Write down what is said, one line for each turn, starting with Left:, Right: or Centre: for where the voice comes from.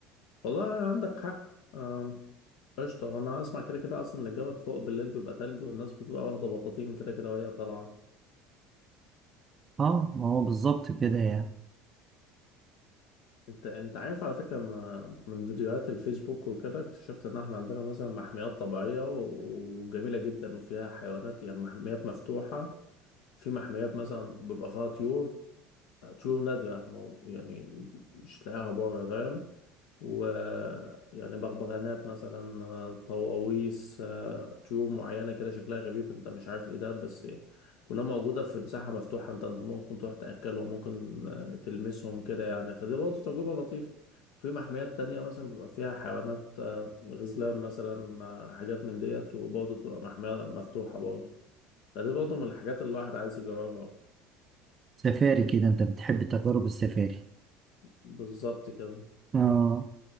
Left: والله عندك حق آم، قشطة وأنا أسمع كده كده أصلا إن الجبل فوق بالليل بيبقى تلج والناس بتبقى واخدة بطاطين كده كده وهي طالعة
Right: اه ما هو بالظبط كده يعني
Left: أنت أنت عارف على فكرة إن من فيديوهات الفيسبوك وكده اكتشفت إن إحنا عندنا مثلا محميات طبيعية و- وجميلة جدا وفيها حيوانات يعني محميات مفتوحة في محميات مثلا بيبقى فيها طيور طيور نادرة مو يعني مش تلاقيها بره فاهم ويعني بغبغانات مثلا آه، طواويس آه، طيور معينة كده شكلها غريب انت مش عارف ايه ده بس كلها موجودة في مساحة مفتوحة انت انت ممكن تروح تأكلهم ممكن آه، تلمسهم كده يعني فدي برضه تجربة لطيفة في محميات تانية مثلا بيبقى فيها حيوانات آه، غزلان مثلا آه، حاجات من ديت وبرضه تبقى محمية مفتوحة برضه فدي برضه من الحاجات اللي الواحد عايز يجربها
Right: سفاري كده انت بتحب تجارب السفاري
Left: بالظبط كده
Right: اه